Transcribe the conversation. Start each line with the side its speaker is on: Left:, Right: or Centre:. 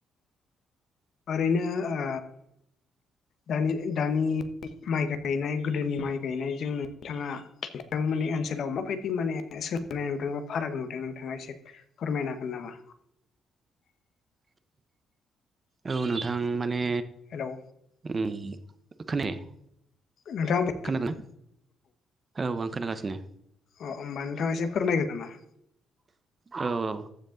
Left: ओरैनो ओ दानि माइ गायनाय गोदोनि माइ गायनायजों नोंथांङा ओ नोंथांमोननि ओनसोलाव माबायदि माने सोलोंनाय नुदों बा फाराग नुदों नोंथाङा एसे फोरमायनो हागोन नामा?
Right: ओ औ नोंथां माने
Left: हेलौ।
Right: ओम खोनायाखै
Left: नोंथां।
Right: खोनादोंना औ आं खोनागासिनो
Left: अ होमबा नोंथांङा एसे फोरमायगोन नामा
Right: औ औ